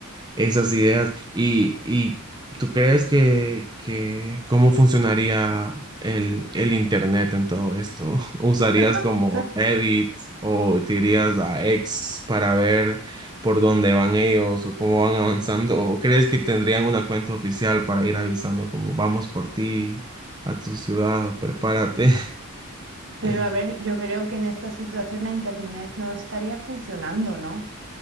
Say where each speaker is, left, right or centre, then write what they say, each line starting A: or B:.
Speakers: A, on the right; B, on the right.
A: esas ideas. ¿Y, y tú crees que, que cómo funcionaría el, el Internet en todo esto? <laughs> ¿Usarías
B: <laughs>
A: como Reddit o te irías a X para ver por dónde van ellos o cómo van avanzando? ¿O crees que tendrían una cuenta oficial para ir avisando como vamos por ti a tu ciudad, prepárate?
B: Pero
A: <laughs>
B: a ver, yo creo que en esta situación la internet no estaría funcionando, ¿no?